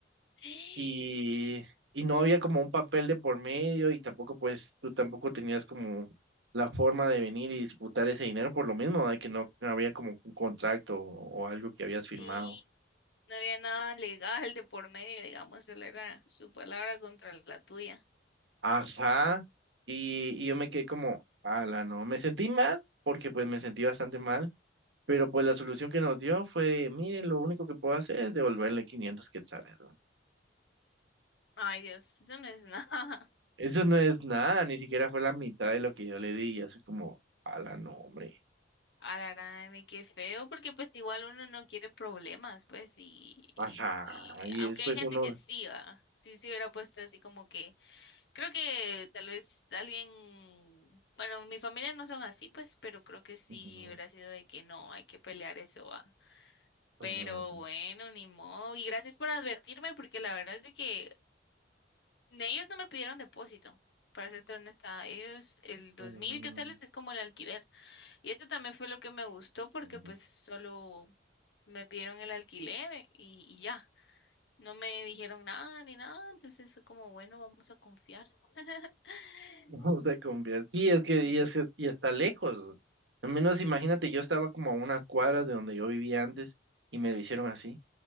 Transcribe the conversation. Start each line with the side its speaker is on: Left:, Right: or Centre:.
Left: <gasps>
Right: y, y no había como un papel de por medio y tampoco pues tú tampoco tenías como la forma de venir y disputar ese dinero por lo mismo, de que no no había como un contrato o, o algo que habías firmado.
Left: Sí, no había nada legal de por medio, digamos, solo era su palabra contra la tuya.
Right: Ajá, y, y yo me quedé como, ala, no, me sentí mal porque pues me sentí bastante mal, pero pues la solución que nos dio fue, miren, lo único que puedo hacer es devolverle quinientos quetzales. ¿no?
Left: Ay, Dios, eso no es <laughs> nada.
Right: Eso no es nada, ni siquiera fue la mitad de lo que yo le di, y así como, ala, no, hombre.
Left: A la gran, y qué feo, porque pues igual uno no quiere problemas, pues, y,
Right: Ajá,
Left: y
Right: y
Left: aunque
Right: después
Left: hay gente
Right: uno...
Left: que sí, va, sí se hubiera puesto así como que, creo que tal vez alguien, bueno, mi familia no son así, pues, pero creo que sí
Right: ujú,
Left: hubiera sido de que no, hay que pelear eso, va.
Right: ujú,
Left: Pero bueno, ni modo, y gracias por advertirme, porque la verdad es de que ellos no me pidieron depósito, para serte honesta, ellos, el 2000
Right: ujú, ujú.
Left: quetzales es como el alquiler. Y eso también fue lo que me gustó porque
Right: <laughs>
Left: pues solo me pidieron el alquiler eh, y, y ya, no me dijeron nada ni nada, entonces fue como, bueno, vamos a confiar. <laughs>
Right: No se confía. Sí, es que y, es- que- y está lejos. Al menos imagínate, yo estaba como a una cuadra de donde yo vivía antes y me lo hicieron así.